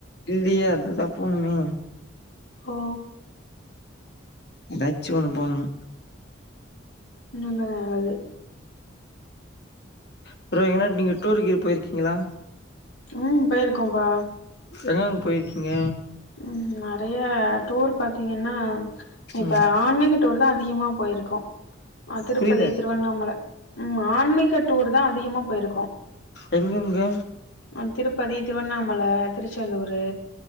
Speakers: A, on the left; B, on the left.
A: இல்லியே அதுதா போணுமே
B: ஓ
A: ஏதாச்சு ஒண்ணு போணும்
B: இன்னொன்னு நல்லது
A: அப்பறோ எங்ட்னா நீங்க டூரூக்கு கிரு போயிருக்கீங்களா
B: ம் போயிருக்கோப்பா
A: எங்கங்கு போயிருக்கீங்க
B: ம் நறைய டூர் பாத்தீங்கன்னா இப்ப
A: ம்
B: ஆன்மீக டூர் தா அதிகமா போயிருக்கோ ஆ திருப்பதி
A: புரில
B: திருவண்ணாமல ம் ஆன்மீக டூர் தா அதிகமா போயிருக்கோ
A: எங்கங்க
B: அ திருப்பதி திருவண்ணாமல திருச்செந்தூரு